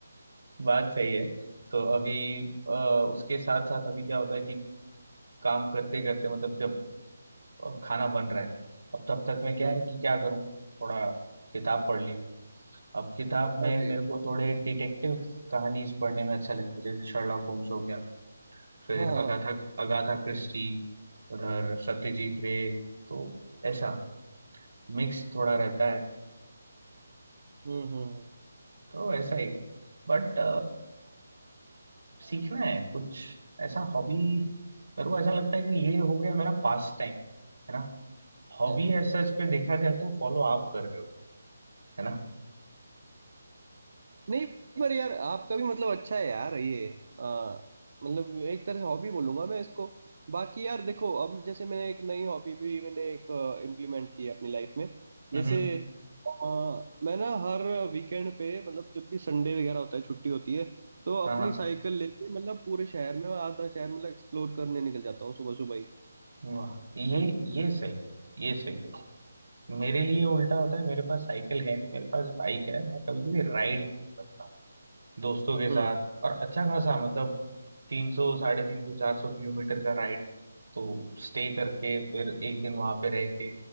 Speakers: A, on the right; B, on the right.
A: बात सही है तो अभी अ, उसके साथ साथ अभी क्या होता है कि काम करते करते मतलब जब अ, खाना बन रहा है अब तब तक मैं क्या
B: हम्म
A: है कि क्या करूं थोड़ा किताब पढ़ लिया अब किताब में
B: अरे
A: मेरे को थोड़े डिटेक्टिव कहानीज पढ़ने में अच्छा लगता है जैसे शर्लॉक होम्स हो गया फिर
B: हाँ
A: अगाथा
B: हाँ,
A: अगाथा क्रिस्टी उधर सत्यजीत रे तो ऐसा मिक्स थोड़ा रहता है
B: हम्म हम्म हम्म,
A: तो ऐसा ही बट सीखना है कुछ ऐसा हॉबी मेरे को ऐसा लगता है कि ये हो गया मेरा पास टाइम है ना
B: अच्छा।
A: हॉबी ऐसा इस पे देखा जाए तो फॉलो आप कर रहे हो है ना
B: नहीं पर यार आपका भी मतलब अच्छा है यार ये आ, मतलब एक तरह से हॉबी बोलूंगा मैं इसको बाकी यार देखो अब जैसे मैंने एक नई हॉबी भी मैंने एक इम्प्लीमेंट की है अपनी लाइफ में
A: हम्म
B: जैसे
A: हम्म,
B: आ, मैं ना हर वीकेंड पे मतलब जब भी संडे वगैरह होता है छुट्टी होती है तो अपनी
A: हाँ हाँ
B: साइकिल लेके मतलब पूरे शहर में मैं आधा शहर मतलब एक्सप्लोर करने निकल जाता हूँ सुबह सुबह ही
A: वाह ये ये सही है ये सही है मेरे लिए उल्टा होता है मेरे पास साइकिल है नहीं मेरे पास बाइक है मैं कभी कभी राइड करता हूँ दोस्तों के साथ
B: हम्म
A: और अच्छा खासा मतलब तीन सौ साढ़े तीन सौ चार सौ किलोमीटर का राइड तो स्टे करके फिर एक दिन वहां पे रह के